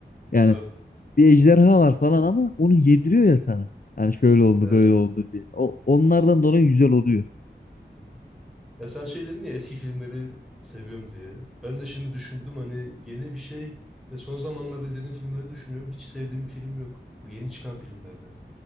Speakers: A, on the left; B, in the centre.
A: Yani
B: Tabii.
A: bir ejderha var falan ama onu yediriyor ya sana. Hani şöyle oldu
B: Evet.
A: böyle oldu diye. O, onlardan dolayı güzel oluyor.
B: Ya sen şey dedin ya eski filmleri seviyorum diye. Ben de şimdi düşündüm hani yeni bir şey. Ya son zamanlarda izlediğim filmleri düşünüyorum. Hiç sevdiğim bir film yok. Bu yeni çıkan filmlerden.